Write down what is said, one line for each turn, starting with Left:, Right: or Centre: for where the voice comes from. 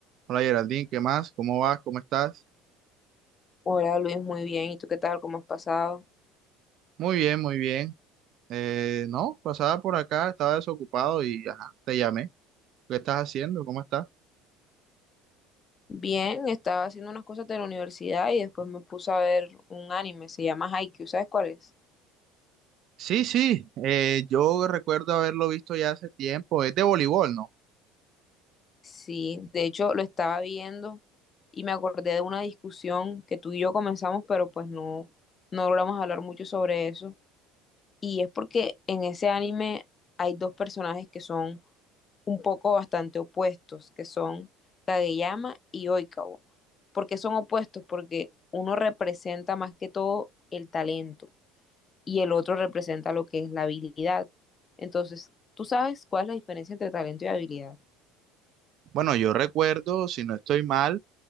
Right: Hola Geraldine, ¿qué más? ¿Cómo vas? ¿Cómo estás?
Left: Hola Luis, muy bien. ¿Y tú qué tal? ¿Cómo has pasado?
Right: Muy bien, muy bien. Eh, no, pasaba por acá, estaba desocupado y ajá, te llamé. ¿Qué estás haciendo? ¿Cómo estás?
Left: Bien, estaba haciendo unas cosas de la universidad y después me puse a ver un anime, se llama Haikyuu, ¿sabes cuál es?
Right: Sí, sí, eh, yo recuerdo haberlo visto ya hace tiempo. Es de voleibol, ¿no?
Left: Sí, de hecho lo estaba viendo y me acordé de una discusión que tú y yo comenzamos, pero pues no, no logramos hablar mucho sobre eso. Y es porque en ese anime hay dos personajes que son un poco bastante opuestos, que son Kageyama y Oikawa. ¿Por qué son opuestos? Porque uno representa más que todo el talento y el otro representa lo que es la habilidad. Entonces, ¿tú sabes cuál es la diferencia entre talento y habilidad?
Right: Bueno, yo recuerdo, si no estoy mal,